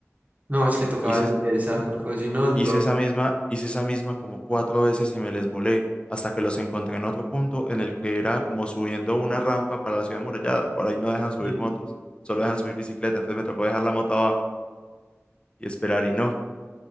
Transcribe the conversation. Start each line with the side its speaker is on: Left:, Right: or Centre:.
Right: No, es que tocaba
Left: Hice,
Right: hacer esas, porque si no, lo...
Left: hice esa misma, hice esa misma como cuatro veces y me les volé, hasta que los encontré en otro punto en el que era como subiendo una rampa para la ciudad amurallada. Por ahí no dejan subir
Right: sí.
Left: motos, solo dejan subir bicicleta, entonces me tocó dejar la moto abajo y esperar y no.